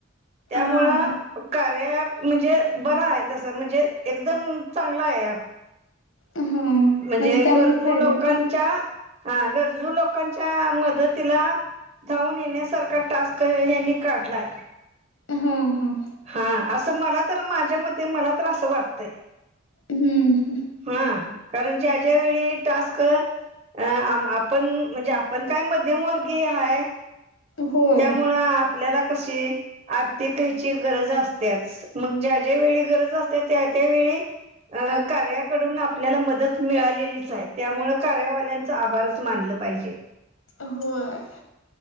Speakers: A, on the right; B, on the left.
A: त्यामुळं
B: हा हा
A: कार्या अँप म्हणजे बरा आहे तसं म्हणजे एकदम चांगला आहे ॲप.
B: हा
A: म्हणजे
B: त्यामुळे
A: गरजू
B: फायदा
A: लोकांच्या
B: पण
A: हा गरजू लोकांच्या मदतीला धावून येण्यासारख टास्क यांनी काढलाय.
B: हम्म हम्म.
A: हा असं मला तर माझ्या मते मला तर असं वाटतंय.
B: हम्म
A: कारणं कां अश्यां वेळी टास्कं अं आपणं म्हणजे कायं मध्यंम वगिय आहेतं
B: होय
A: त्यामुळं आपल्यांला कसे आर्थिक ह्यांची गरजं असतंच मगं ज्यां ज्यां वेळी गरजं असते त्यां त्यां वेळी अं कार्याकडूंन आपल्यांला मंदत मिळालेलीचं आहे त्यांमुळे कार्यावाल्यां आभारंच मानलं पाहिजेल
B: होयं